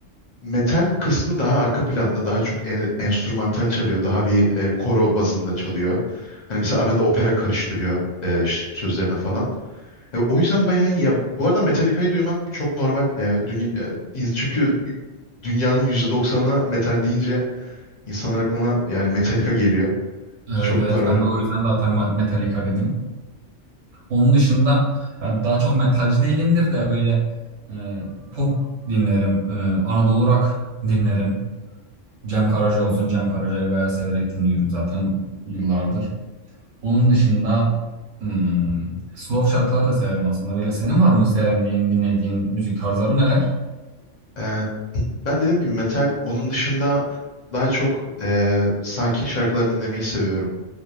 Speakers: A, on the left; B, on the right.
A: Metal kısmı daha arka planda, daha çok en- enstrümantal çalıyor, daha bir e, koro bazında çalıyor. Hani mesela arada opera karıştırıyor e, ş- sözlerine falan. E, o yüzden bayağı iyi. Ya, bu arada Metallica'yı duyman çok normal. Yani, dünya, ya, ins- çünkü dünyanın yüzde doksanına metal deyince insanlar aklına yani Metallica geliyor. Çok
B: Evet evet
A: normal.
B: ben de o yüzden zaten Ma- Metallica dedim. Onun dışında ya daha çok metalci değilimdir de böyle e, pop dinlerim. E, Anadolu rock dinlerim. Cem Karaca olsun. Cem Karaca'yı bayağı severek dinliyorum zaten yıllardır. Onun dışında hmm, slow şarkıları da severim aslında. Böyle senin var mı sevdiğin, dinlediğin müzik tarzları neler?
A: E, ben dediğim gibi metal, onun dışında daha çok e, sakin şarkılar dinlemeyi seviyorum.